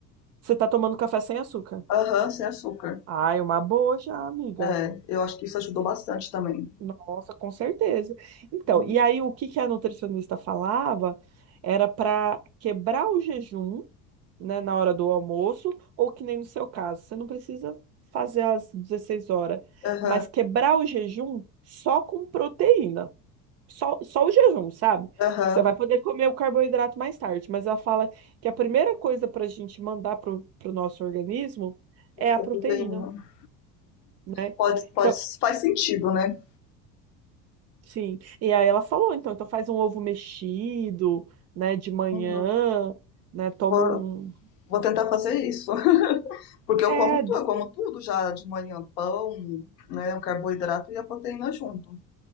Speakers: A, on the right; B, on the left.
A: você tá tomando café sem açúcar?
B: Aham, sem açúcar.
A: Ai, uma boa já, amiga.
B: É, eu acho que isso ajudou bastante também.
A: Nossa, com certeza. Então,
B: Uhum.
A: e aí o que que a nutricionista falava era para quebrar o jejum, né, na hora do almoço, ou que nem no seu caso, você não precisa fazer às 16 horas,
B: Aham,
A: mas quebrar o jejum só com proteína. Só, só o jejum, sabe?
B: aham.
A: Você vai poder comer o carboidrato mais tarde, mas ela fala que a primeira coisa para a gente mandar para o nosso organismo é
B: Essa
A: a proteína,
B: proteína.
A: né?
B: Pode, pode,
A: Então,
B: faz sentido, né?
A: sim. E aí ela falou, então, então faz um ovo mexido, né, de manhã,
B: Uhum.
A: né? Toma
B: Vou,
A: um.
B: vou tentar fazer isso. <laughs> Porque
A: É,
B: eu como tudo,
A: d-
B: eu como tudo já de manhã, pão, né? O carboidrato e a proteína junto.